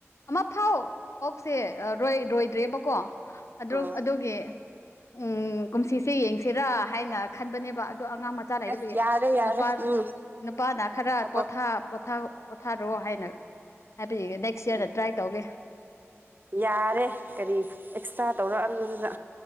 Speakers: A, on the left; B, on the right.
A: ꯑꯃ ꯐꯥꯎ ꯑꯣꯛꯁꯦ ꯑꯥ ꯔꯣꯏ ꯔꯣꯏꯗ꯭ꯔꯦꯕꯀꯣ ꯑꯗꯨ
B: ꯑꯣ
A: ꯑꯗꯨꯒꯤ ꯎꯝ ꯀꯨꯝꯁꯤꯁꯦ ꯌꯦꯡꯁꯤꯔꯥ ꯍꯥꯏꯅ ꯈꯟꯕꯅꯦꯕ ꯑꯗꯣ ꯑꯉꯥꯡ ꯃꯆꯥ ꯂꯩꯔꯕꯒꯤ
B: ꯑꯁ ꯌꯥꯔꯦ ꯌꯥꯔꯦ
A: ꯅꯨꯄꯥ
B: ꯎꯝ
A: ꯅꯨꯄꯥꯅ ꯈꯔ
B: ꯊꯕꯛ
A: ꯄꯣꯊꯥ ꯄꯣꯊꯥ ꯄꯣꯊꯥꯔꯣ ꯍꯥꯏꯅ ꯍꯥꯏꯕꯤꯒꯦ ꯅꯦꯛꯁ ꯏꯌꯥꯔꯗ
B: ꯎꯝ
A: ꯇ꯭ꯔꯥꯏ ꯇꯧꯒꯦ
B: ꯌꯥꯔꯦ ꯀꯔꯤ ꯑꯦꯛꯁꯇ꯭ꯔꯥ ꯇꯧꯔꯛꯑꯅꯣꯗꯨꯗ